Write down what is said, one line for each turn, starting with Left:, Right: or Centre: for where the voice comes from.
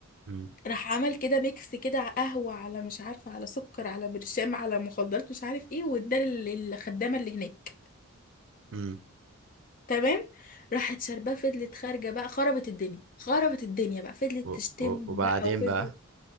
Right: مم.
Left: راح عمل كده ميكس كده على قهوه على مش عارفه على سكر على برشام على مخدرات مش عارف ايه واداه لل- للخدامه اللي هناك
Right: مم.
Left: تمام راحت شاربة فضلت خارجة بقى خربت الدنيا خربت الدنيا بقى فضلت
Right: و-
Left: تشتمهم
Right: و- وبعدين
Left: بقى وفضلت
Right: بقى